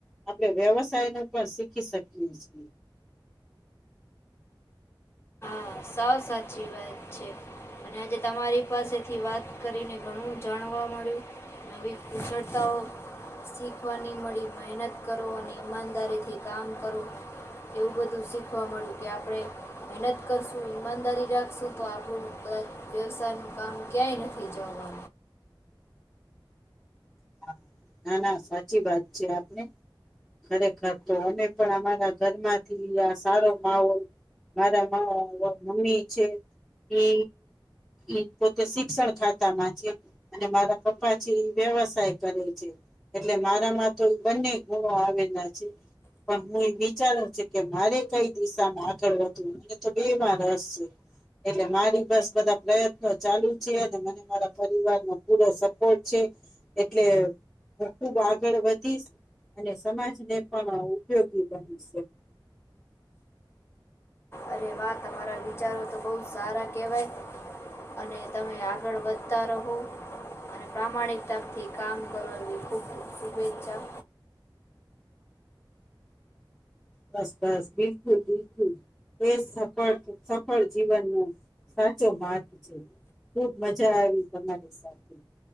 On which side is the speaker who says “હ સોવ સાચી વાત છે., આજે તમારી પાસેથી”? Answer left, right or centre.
Left